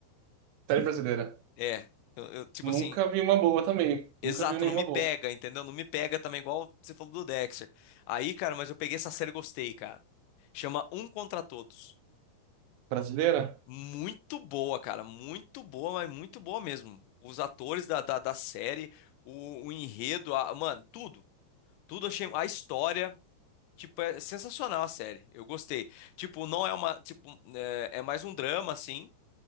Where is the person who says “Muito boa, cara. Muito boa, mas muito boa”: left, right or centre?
Left